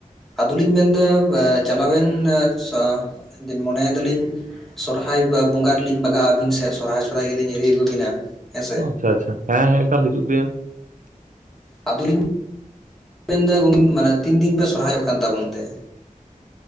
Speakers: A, in the centre; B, on the right (about 65°).
A: ᱟᱫᱚᱞᱤᱧ ᱢᱮᱱᱫᱟ ᱪᱟᱞᱟᱣᱮᱱ ᱥᱟ ᱢᱚᱱᱮᱭ ᱫᱟᱞᱤᱧ ᱥᱚᱨᱦᱟᱭ ᱵᱚᱸᱜᱟ ᱨᱮᱞᱤᱧ ᱵᱟᱜᱟᱼᱟ ᱟᱹᱵᱤᱱ ᱥᱮᱫ ᱥᱚᱨᱦᱟᱭ ᱥᱚᱨᱦᱟᱭ ᱜᱮᱞᱤᱧ ᱦᱤᱨᱤ ᱟᱹᱜᱩ ᱵᱤᱱᱟ ᱦᱮᱥ
B: ᱟᱪᱪᱷᱟ ᱟᱪᱪᱷᱟ ᱦᱮᱸ ᱦᱮ ᱮᱠᱟᱞ ᱦᱤᱡᱩᱜ ᱵᱤᱱ
A: ᱟᱫᱚ ᱞᱤᱧ ᱢᱮᱱ ᱫᱟ ᱜᱚᱝ ᱢᱟᱱᱮ ᱛᱤᱱ ᱫᱤᱱ ᱯᱮ ᱥᱚᱨᱦᱟᱭᱚᱜ ᱠᱟᱱ ᱛᱮ ᱟᱵᱚ ᱚᱱᱛᱮ?